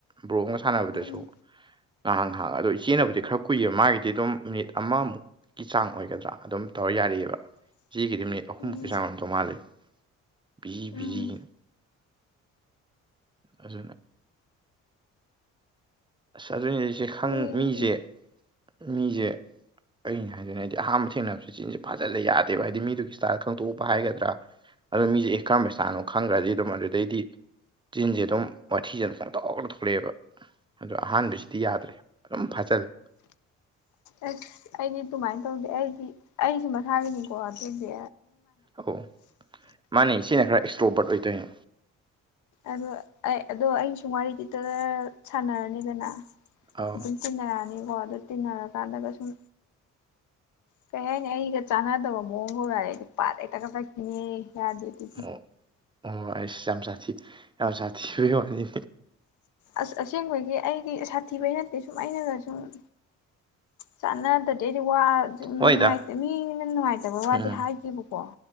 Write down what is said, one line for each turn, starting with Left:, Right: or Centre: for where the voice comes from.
Right: ꯕ꯭ꯔꯣ ꯑꯃꯒ ꯁꯥꯟꯅꯕꯗꯁꯨ
Left: ꯎꯝ
Right: ꯉꯍꯥꯛ ꯉꯍꯥꯛ ꯑꯗꯣ ꯏꯆꯦꯟꯅꯕꯨꯗꯤ ꯈꯔ ꯀꯨꯏꯑꯦꯕ ꯃꯥꯒꯤꯗꯤ ꯑꯗꯨꯝ ꯃꯤꯅꯤꯠ ꯑꯃꯃꯨꯛꯀꯤ ꯆꯥꯡ ꯑꯣꯏꯒꯗ꯭ꯔꯥ ꯑꯗꯨꯝ ꯇꯧꯔ ꯌꯥꯔꯛꯑꯦꯕ
Left: <inaudible>
Right: ꯏꯆꯦꯒꯤꯗꯤ ꯃꯤꯅꯤꯠ ꯑꯍꯨꯝꯃꯨꯛꯀꯤ
Left: ꯎꯝ
Right: ꯆꯥꯡ ꯑꯣꯏꯔꯝꯗꯧ ꯃꯥꯜꯂꯦ ꯕꯤꯖꯤ
Left: ꯎꯝ
Right: ꯕꯤꯖꯤꯅ ꯑꯗꯨꯅꯦ ꯑꯁ ꯑꯗꯨꯅꯦ ꯏꯆꯦ ꯈꯪ
Left: ꯃꯤꯒꯤ
Right: ꯃꯤꯖꯦ ꯃꯤꯖꯦ ꯑꯩꯅ ꯍꯥꯏꯗꯣꯅꯦ ꯑꯩꯗꯤ ꯑꯍꯥꯟꯕ ꯊꯦꯡꯅꯕꯖꯦ ꯆꯤꯟꯖꯦ ꯐꯥꯖꯜꯂꯦ ꯌꯥꯗꯦꯕ ꯍꯥꯏꯗꯤ ꯃꯤꯗꯨꯒꯤ ꯏꯁꯇꯥꯥꯏꯜ ꯈꯪꯗꯣꯛꯄ ꯍꯥꯏꯒꯗ꯭ꯔꯥ ꯑꯗꯣ ꯃꯤꯖꯦ ꯑꯦ ꯀꯔꯝꯕ ꯏꯁꯇꯥꯏꯜꯅꯣ ꯈꯪꯒ꯭ꯔꯗꯤ ꯑꯗꯨꯝ ꯑꯗꯨꯗꯩꯗꯤ ꯆꯤꯟꯖꯦ ꯑꯗꯨꯝ ꯋꯥꯊꯤꯖꯦ ꯄꯪ ꯊꯣꯛꯇ ꯊꯣꯛꯂꯛꯑꯦꯕ ꯑꯗꯣ ꯑꯍꯥꯟꯕꯁꯤꯗꯤ ꯌꯥꯗ꯭ꯔꯦ ꯑꯗꯨꯝ ꯐꯥꯖꯜꯂꯦ
Left: ꯑꯁ ꯑꯩꯗꯤ ꯑꯗꯨꯃꯥꯏꯅ ꯇꯧꯗꯦ ꯑꯩ ꯗꯤ ꯑꯩꯁꯨ ꯃꯁꯥꯒꯤꯅꯤꯀꯣ ꯁꯤꯖꯦ
Right: ꯑꯧ ꯃꯥꯅꯦ ꯏꯆꯦꯅ ꯈꯔ ꯑꯦꯛꯁꯇ꯭ꯔꯣꯕꯔꯠ ꯑꯣꯏꯇꯧꯏꯅꯦ
Left: ꯑꯗꯣ ꯑꯩ ꯑꯗꯣ ꯑꯩ ꯁꯨꯝ ꯋꯥꯔꯤ ꯗꯔꯔ ꯁꯥꯟꯅꯔꯅꯤꯗꯅ
Right: ꯑꯧ
Left: ꯑꯗꯨꯝ ꯇꯤꯟꯅꯔꯛꯑꯅꯤꯀꯣ ꯑꯗꯨ ꯇꯤꯟꯅꯔꯀꯥꯟꯗꯒ ꯁꯨꯝ ꯀꯩ ꯍꯥꯏꯅꯤ ꯑꯩꯒ ꯆꯥꯟꯅꯗꯕ ꯃꯑꯣꯡꯒ ꯎꯔꯛꯑꯗꯤ ꯅꯨꯄꯥꯗꯣ ꯍꯦꯛꯇ ꯀꯛꯊꯠꯈꯤꯅꯦ ꯌꯥꯗꯦ ꯑꯩꯗꯤ
Right: ꯑꯣ ꯑꯣ ꯑꯩꯁ ꯌꯥꯝ ꯖꯥꯇꯊꯤ ꯌꯥꯝ ꯖꯥꯠꯊꯤꯕꯩꯋꯥꯅꯤ
Left: ꯑꯁ ꯑꯁꯦꯡꯕꯒꯤ ꯑꯩꯒꯤ ꯁꯥꯊꯤꯕꯩ ꯅꯠꯇꯦ ꯁꯨꯝ ꯑꯩꯅꯒ ꯎꯝ ꯆꯥꯟꯅꯗꯗꯤ ꯑꯗꯩꯋꯥ ꯑꯗꯨ
Right: ꯍꯣꯏꯗ
Left: ꯅꯨꯡꯉꯥꯏꯇꯦ ꯃꯤꯅ ꯅꯨꯡꯉꯥꯏꯇꯕ ꯋꯥꯗꯤ
Right: ꯎꯝ
Left: ꯍꯥꯏꯗꯦꯕꯀꯣ